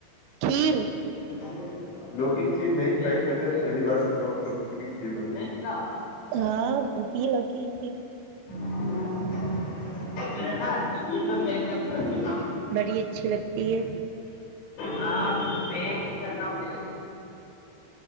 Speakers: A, on the right (about 80°); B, on the left (about 80°).
A: کھیر
B: ا لوکی کی کھیر نہیں کھائی میں نے پہلی بار سن رہا ہوں کہ لوک کی بھی کھیر بنتی ہے
A: ہاں بنتی ہے لوکی کی
B: پ ہے نا چکن میں پنیک کر کے رکھ لینا
A: بڑی اچھی لگتی ہے
B: ہاں میں کی کرنا مولے